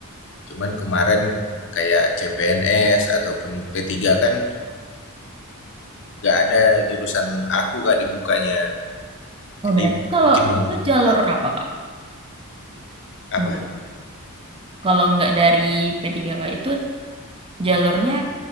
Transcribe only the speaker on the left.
Cuman kemarin kayak CPNS ataupun P3 kan gak ada jurusan aku Kak dibukanya.
Jadi
mungkin nunggu
lah.
Apa?